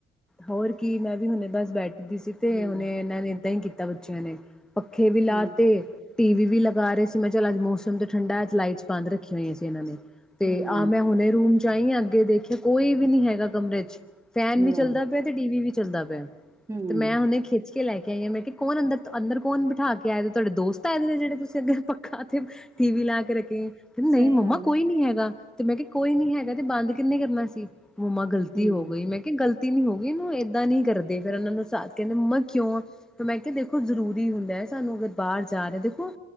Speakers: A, in the centre; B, on the right (about 15°).
A: ਹੋਰ ਕੀ ਮੈਂ ਵੀ ਹੁੰਦੇ ਦਾ ਬੈਠ ਦੀ ਸੀ ਤੇ
B: ਹੂੰ,
A: ਉਹਨੇ ਇਹਨਾਂ ਨੇ ਏਦਾਂ ਹੀ ਦਾ ਬੱਚਿਆਂ ਨੇ ਪੱਖੇ ਵੀ ਲਾ
B: ਹੂੰ,
A: ਤੇ ਟੀਵੀ ਵੀ ਲਗਾ ਰਹੇ ਸੀ। ਮੈਂ ਚੱਲ ਅੱਜ ਮੌਸਮ ਤੇ ਠੰਡਾ ਅੱਜ ਲਾਈਟਸ ਬੰਦ ਰੱਖੀਆਂ ਹੋਈਆਂ ਸੀ ਇਹਨਾਂ ਨੇ ਤੇ
B: ਹੂੰ,
A: ਆਹ ਮੈਂ ਹੁਣੇ ਰੂਮ ਚ ਤਾਂ ਈ ਅੱਗੇ ਦੇਖਿਆ ਕੋਈ ਵੀ ਨੀ ਹੈਗਾ ਕਮਰੇ ਚ ਫੈਨ ਵੀ
B: ਲਾ
A: ਚੱਲਦਾ ਪਿਆ ਤੇ ਟੀਵੀ ਵੀ ਚੱਲਦਾ ਪਿਆ।
B: ਹੂੰ।
A: ਤੇ ਮੈਂ ਉਹਨੇ ਖਿੱਚ ਕੇ ਲੈ ਕੇ ਆਈ ਹਾਂ ਮੈਂ ਕਿਹਾ ਕੌਣ ਅੰਦਰ ਅੰਦਰ ਕੌਨ ਬਠਾ ਕੇ ਆ ਦੇ ਤੁਹਾਡੇ ਦੋਸਤ ਤਾ ਜਿਹੜੇ ਤੁਸੀਂ ਅੱਗੇ ਪੱਖਾ ਤੇ ਟੀਵੀ ਲਾ ਕੇ ਰੱਖੇ ਆ। ਕੈਂਦੇ ਨਹੀਂ
B: ਸਹੀ
A: ਮੰਮਾ
B: ਗੱਲ
A: ਕੋਈ
B: ਹੈ,
A: ਨੀ ਹੈਗਾ। ਤੇ ਮੈਂ ਕਿਹਾ ਕੋਈ ਨੀ ਹੈਗਾ ਤੇ ਬੰਦ ਕਿੰਨੇ ਕਰਨਾ ਸੀ। ਮਮਾ ਗਲਤੀ
B: ਹੂੰ
A: ਹੋ ਗਈ ਮੈਂ ਕਿਹਾ ਗਲ ਤਿ ਨੀ ਹੋ ਗਈ ਇਹਨੂੰ ਏਦਾਂ ਨੀ ਕਰਦੇ ਫੇਿਰ ਇਹਨਾਂ ਨੂੰ ਚਾਕ ਕੇ ਕਹਿੰਦੇ ਮਮਾ ਕਿਉਂ ਆ ਮੈਂ ਕਿਹਾ ਦੇਖੋ ਜ਼ਰੂਰੀ ਹੁੰਦਾ ਹੈ ਸਾਨੂੰ ਅਗਰ ਬਾਹਰ ਜਾ ਰਿਹਾ ਦੇਖੋ